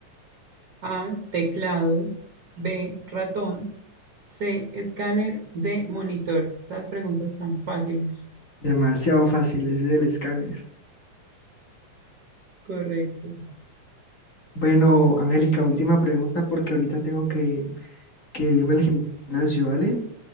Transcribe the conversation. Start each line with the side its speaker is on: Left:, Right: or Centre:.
Right: A, teclado, B, ratón, C, escáner, D, monitor. Esas preguntas están fáciles.
Left: Demasiado fácil, ese es el escáner.
Right: Correcto.
Left: Bueno, Angélica, última pregunta porque ahorita tengo que, que irme al gimnasio, ¿vale?